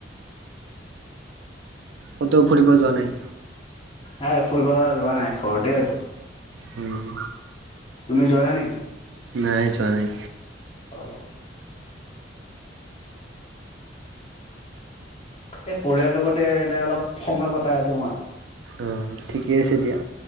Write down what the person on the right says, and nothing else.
ক'তও ফুৰিব যোৱা নাই?
হুম।
নাই চোৱা নাই?
অ', ঠিকে আছে দিয়া।